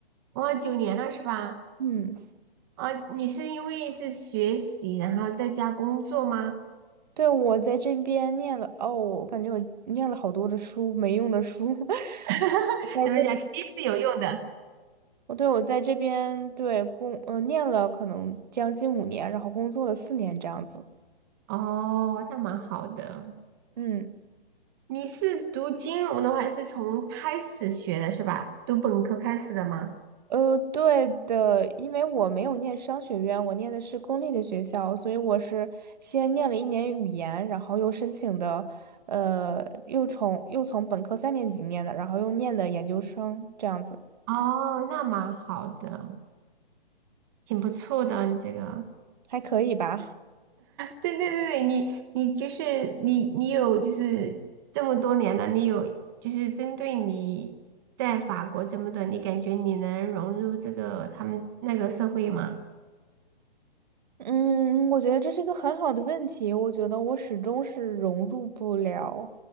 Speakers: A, on the right; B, on the right.
A: 哇，九年了是吧？
B: 嗯，
A: 啊、你是因为是学习，然后在家工作吗？
B: 对，我在这边念了，哦，我感觉我念了好多的书，没用的书，<laughs>
A: <laughs>
B: 我在这，
A: 怎么讲，肯定是有用的。
B: 我对我在这边对工，呃，念了可能将近五年，然后工作了四年这样子，
A: 哦，那蛮好的。
B: 嗯。
A: 你是读金融的话，是从开始学的是吧？读本科开始的吗？
B: 呃，对的，因为我没有念商学院，我念的是公立的学校，所以我是先念了一年语言，然后又申请的，呃，又从又从本科三年级念的，然后又念的研究生，这样子
A: 哦，那蛮好的，挺不错的，你这个。
B: 还可以吧。
A: 对对对，你你就是你你有就是这么多年了，你有就是针对你在法国这么多，你感觉你能融入这个他们那个社会吗？
B: 嗯，我觉得这是一个很好的问题。我觉得我始终是融入不了。